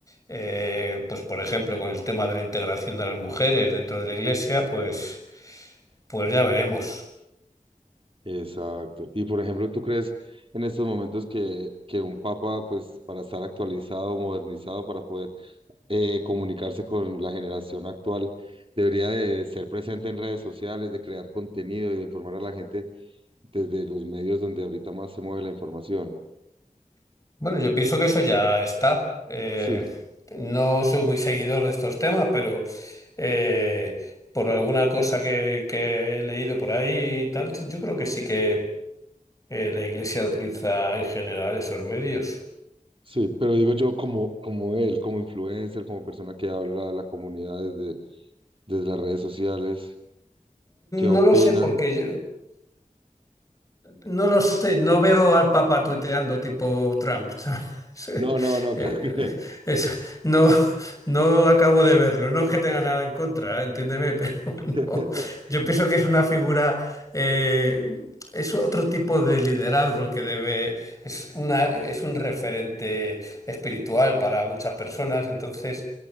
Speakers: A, on the left; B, on the right.
A: eh, pues por ejemplo con el tema de la integración de las mujeres dentro de la iglesia, pues, pues ya veremos.
B: Exacto. Y por ejemplo, ¿tú crees en estos momentos que, que un papa, pues para estar actualizado, modernizado, para poder eh, comunicarse con la generación actual, debería de ser presente en redes sociales, de crear contenido y de informar a la gente desde los medios donde ahorita más se mueve la información?
A: Bueno, yo pienso que eso ya está. Eh,
B: Sí,
A: no soy muy seguidor de estos temas, pero eh, por alguna cosa que, que he leído por ahí y tal, yo creo que sí que eh, la iglesia utiliza en general esos medios.
B: sí, pero digo yo como, como él, como influencer, como persona que habla a la comunidad desde, desde las redes sociales, ¿qué opina?
A: No lo sé porque yo, No lo sé, no veo al Papa tuiteando tipo Trump, ¿sabes? <laughs> Eh,
B: No, no, no,
A: eh,
B: claro que
A: eso, no, no acabo de verlo. No es que tenga nada en contra, entiéndeme, pero <laughs>
B: <laughs>
A: no. Yo pienso que es una figura, eh, es otro tipo de liderazgo el que debe, es una, es un referente espiritual para muchas personas, entonces